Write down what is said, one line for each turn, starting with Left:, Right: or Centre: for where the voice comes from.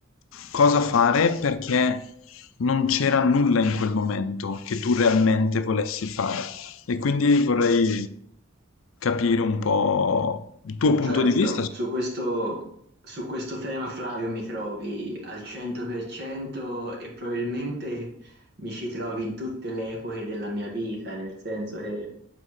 Left: cosa fare perché non c'era nulla in quel momento che tu realmente volessi fare. E quindi vorrei capire un po' il tuo punto
Right: certo,
Left: di vista su
Right: su questo, su questo tema Flavio mi trovi al 100% e probabilmente mi ci trovi in tutte le epoche della mia vita, nel senso che